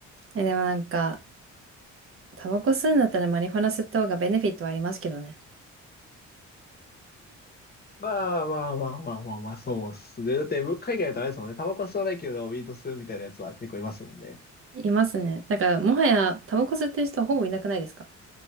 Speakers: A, on the right (about 45°); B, on the left (about 30°).
A: え、でもなんか、タバコ吸うんだったらマリファナ吸った方がベネフィットはありますけどね。
B: まあまあまあまあまあまあ、そうっすね。だって、む海外だとあれですもんね。タバコは吸わないけど、ウィード吸うみたいなやつは結構いますもんね。
A: いますね。だから、もはやタバコ吸ってる人はほぼいなくないですか